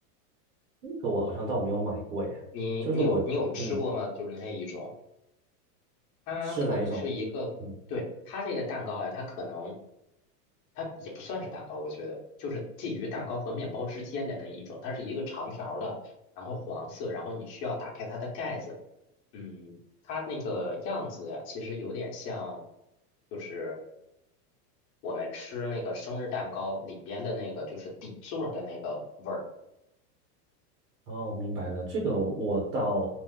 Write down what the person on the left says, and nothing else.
你你有你有吃过吗？
就是那一种。它可能是一个，
对，它这个蛋糕呀，它可能，它也不算是蛋糕，我觉得就是介于蛋糕和面包之间的那一种，它是一个长条儿的，然后黄色，然后你需要打开它的盖子，嗯，它那个样子呀其实有点像，就是我们吃那个生日蛋糕里边的那个，就是底座儿的那个味儿，